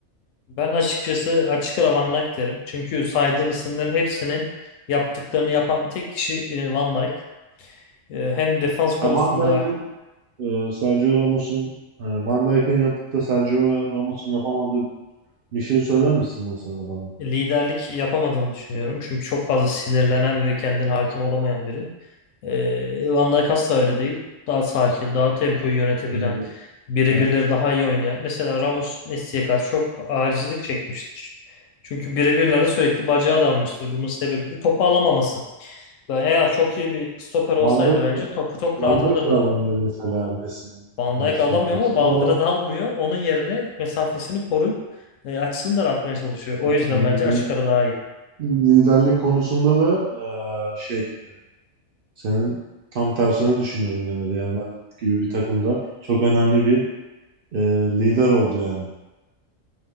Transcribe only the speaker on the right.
Ya Van Dijk'in e, Sergio Ramos'un e, Van Dijk'in yapıp da Sergio Ramos'un yapamadığı bir şey söyler misin mesela bana?
Yani de-
ben
Van Dijk
de,
Van
Dijk
de alamıyor mesela Messi'den.
Messi'nin
karşısında
ama
e,
li-
liderlik konusunda da e, şey senin tam tersine düşünüyorum yani Real Madrid gibi bir takımda çok önemli bir e, lider oldu yani.